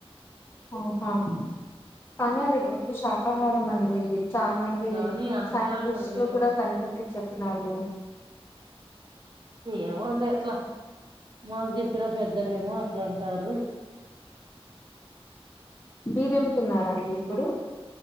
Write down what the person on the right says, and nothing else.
కానీ అంటారు
కానీ
ఏమో అండి అట్ల మాకు చెప్పిన పెద్దలే ఏమో అట్ల అంటారు